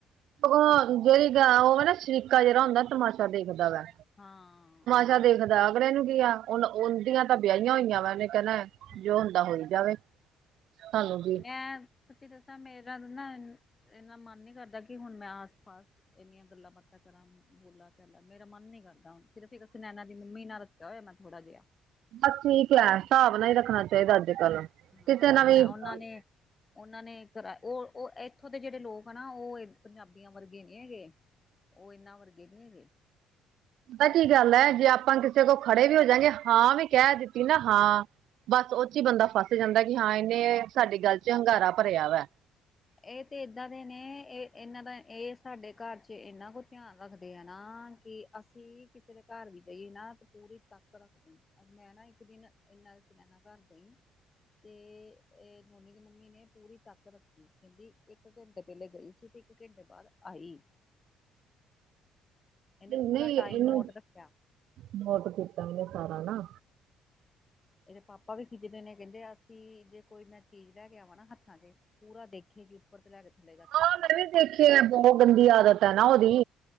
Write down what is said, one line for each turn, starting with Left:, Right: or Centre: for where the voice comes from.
Right: ਭਗਵਾਨ ਜਿਹੜੀ ਗਾ ਹੋਵੇ ਨਾ, ਸ਼ਰੀਕਾ ਜਿਹੜਾ ਹੁੰਦਾ ਤਮਾਸ਼ਾ ਦੇਖਦਾ ਵਾ।
Left: ਹਾਂ
Right: ਛਾ ਦੇਖਦਾ ਅਗਲੇ ਨੂੰ ਕੀ ਐ, ਉਹ ਉਹਦਿਆਂ ਤਾਂ ਵਿਆਹਿਆਂ ਹੋਇਆਂ ਵਾ, ਉਹਨੇ ਕਹਿਣਾ
Left: ਹਾਂ।
Right: ਜੋ ਹੁੰਦਾ ਹੋਈ ਜਾਵੇ ਸਾਨੂੰ ਕੀ
Left: ਮੈਂ ਸਚੀ ਦੱਸਾਂ, ਮੇਰਾ ਨਾ ਇੰਨਾ ਮਨ ਨੀ ਕਰਦਾ, ਕਿ ਹੁਣ ਮੈਂ ਆਸ ਪਾਸ ਏੰਨਿਆਂ ਗੱਲਾਂ ਬਾਤਾਂ ਕਰਾਂ ਬੋਲਾ ਚਾਲਾ, ਮੇਰਾ ਮਨ ਨੀ ਕਰਦਾ ਹੁਣ, ਸਿਰਫ ਇੱਕ ਸੁਨੈਨਾ ਦੀ ਮੰਮੀ ਨਾਲ ਰੱਖੇਆ ਹੋਇਆ ਮੈਂ ਥੋੜਾ ਜੇਆ
Right: ਬਸ ਠੀਕ ਏ, ਸਾਬ ਨਾਲ ਈ ਰੱਖਣਾ ਚਾਈਦਾ ਅੱਜ ਕੱਲ
Left: ਹਾਂ
Right: ਕਿਸੇ
Left: ਅਜ ਜਿੱਤਣਾ,
Right: ਨਾਲ ਵੀ ਪਤਾ
Left: ਉਹਨਾਂ ਨੇ ਓਨਾਂ ਨੇ ਕਰਾ, ਔ ਇੱਥੋਂ ਦੇ ਜੇੜੇ ਲੋਕ ਆ ਨਾ, ਉਹ ਪੰਜਾਬੀਆਂ ਵਰਗੇ ਨਹੀਂ ਹੈਗੇ ਓ ਏਨਾਂ ਵਰਗੇ ਨੀ ਹੈਗੇ
Right: ਪਤਾ ਕੀ ਗੱਲ ਏ ਜੇ ਆਪਾਂ ਕਿਸੇ ਕੋਲ ਖੜੇ ਵੀ ਹੋ ਜਾਂਗੇ, ਹਾਂ ਵੀੈਂ ਕੇ ਦਿੱਤੀ ਨਾ ਹਾਂ ਬਸ ਔ ਚੀ ਬੰਦਾ ਫਸ ਜਾਂਦੈ ਕਿ ਹਾਂ ਏਨੇ ਸਾਡੀ ਗੱਲ ਚ ਹੰਗਾਰਾ ਭਰਿਆ ਵੈ।
Left: ਏ ਤੇ ਏਦਾਂ ਦੇ ਨੇ, ਏ ਏਨਾਂ ਦਾ ਏਹ ਸਾਡੇ ਘਰ ਚ, ਇੰਨਾ ਕੁ ਧਿਆਨ ਰੱਖਦੇ ਆ ਨਾ ਕਿ ਅਸੀਂ ਕਿਸੇ ਦੇ ਘਰ ਵੀ ਜਾਈਏ ਨਾ ਤੇ ਪੂਰੀ ਤਕ ਰੱਖਦੇ ਨੇ। ਅਰ ਮੈਂ ਨਾ ਇੱਕ ਦਿਨ ਏਨਾਂ, ਸੁਨੈਨਾ ਘਰ ਗਈ। ਤੇ, ਏ, ਨੋਨੀ ਦੀ ਮੰਮੀ ਨੇ ਪੂਰੀ ਤਾਕ ਰੱਖੀ ਕੀ ਕੈੰਦੀ ਇੱਕ ਘੰਟੇ ਪੈਲੇ ਗਈ ਸੀ, ਤੇ ਇੱਕ ਘੰਟੇ ਬਾਦ ਆਈ। ਇਹਨੇ
Right: ਨਹੀਂ
Left: ਪੂਰਾ
Right: ਨਹੀਂ,
Left: ਟਾਈਮ
Right: ਏਨੂੰ
Left: ਨੋਟ ਰੱਖਿਆ
Right: ਨੋਟ ਕੀਤਾ ਔਨੇ, ਸਾਰਾ ਨਾ।
Left: ਏਦੇ ਪਾਪਾ ਵੀ ਖਿੱਜਦੇ ਨੇ, ਕੈੰਦੇ ਅਸੀਂ ਜੇ ਕੋਈ ਮੈਂ ਚੀਜ਼ ਲੈ ਕੇ ਆਵਾਂ ਨਾ, ਹੱਥਾਂ ਤੇ ਪੂਰਾ ਦੇਖੇ ਗੀ। ਉਪਰ ਤੋ, ਲੈ ਕੇ ਥਲੇਦਾ
Right: ਹਾਂ, ਮੈਂ ਵੀ ਦੇਖੀ ਐ, ਬਹੁਤ ਗੰਦੀ ਆਦਤ ਹੈ ਨਾ ਓਦੀ।